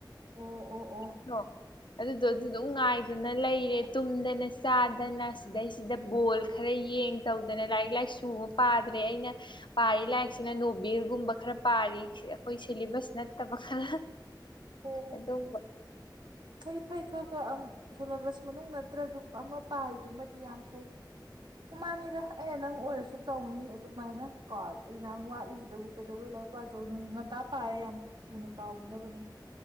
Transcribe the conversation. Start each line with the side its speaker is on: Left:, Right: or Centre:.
Right: ꯑꯣ ꯑꯣ ꯑꯣ
Left: <unintelligible> ꯑꯗꯨꯗꯣ ꯑꯗꯨꯗꯨꯝ ꯉꯥꯏꯗꯨꯅ ꯂꯩꯔꯦ ꯇꯨꯝꯗꯅ ꯆꯥꯗꯅ ꯁꯤꯗꯩꯁꯤꯗ ꯕꯣꯜ ꯈꯔ ꯌꯦꯡ ꯇꯧꯗꯅ ꯂꯥꯏꯔꯤꯛ ꯂꯥꯏꯁꯨꯃ ꯄꯥꯗ꯭ꯔꯦ ꯑꯩꯅ ꯄꯥꯔꯤ ꯂꯥꯏꯛꯁꯤꯅ ꯅꯣꯕꯦꯜꯒꯨꯝꯕ ꯈꯔ ꯄꯥꯔꯤ ꯑꯈꯣꯏ ꯁꯤꯂꯤꯕꯁ ꯅꯠꯇꯕ ꯈꯔ
Right: ꯑꯣ ꯑꯣ
Left: ꯑꯗꯨꯝꯕ
Right: ꯐꯩ ꯐꯩ ꯈ꯭ꯔ ꯈ꯭ꯔ ꯑꯝ ꯁꯦꯂꯦꯕꯁ ꯃꯅꯨꯡ ꯅꯠꯇ꯭ꯔꯖꯨ ꯑꯃ ꯄꯥꯔꯤꯗꯨꯃꯗꯤ ꯌꯥꯝ ꯐꯩ ꯃꯥꯅꯤꯗ ꯑꯩꯅ ꯅꯪ ꯑꯣꯏꯔꯁꯨ ꯇꯧꯅꯤ ꯑꯗꯨꯃꯥꯏꯅ ꯀꯣ ꯑꯦꯛꯖꯥꯝ ꯋꯥꯠꯂꯤꯁꯤꯗꯕꯨ ꯀꯩꯗꯧꯕꯤ ꯂꯥꯏꯛ ꯄꯥꯖꯧꯗꯨꯢꯅꯣ ꯉꯟꯇꯥ ꯄꯥꯔ ꯌꯥꯝ ꯊꯨꯅ ꯀꯥꯎꯈꯤꯅꯕꯅꯤ